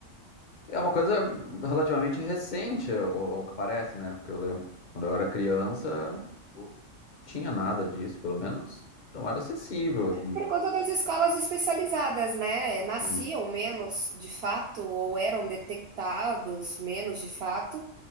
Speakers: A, on the left; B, on the right.
A: É uma coisa relativamente recente, ao, ao que parece, né? Porque eu lembro quando eu era criança, não tinha nada disso, pelo menos não era acessível, assim.
B: Por conta das escolas especializadas, né? Nasciam
A: Sim,
B: menos de fato, ou eram detectados menos de fato.